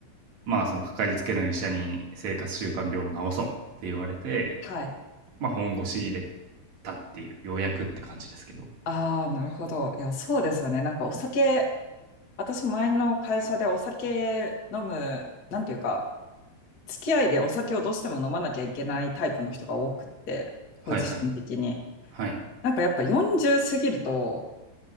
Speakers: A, on the right; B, on the left.
A: まあそのかかりつけの医者に生活習慣病を治そうって言われて、
B: はい。
A: まあ本腰入れたっていう、ようやくって感じですけど。
B: ああ、なるほど。いや、そうですよね。なんかお酒、私前の会社でお酒飲む、なんていうか、付き合いでお酒をどうしても飲まなきゃいけないタイプの人が多くって、ポジション的に。
A: はいはい。はい。
B: なんかやっぱ40過ぎると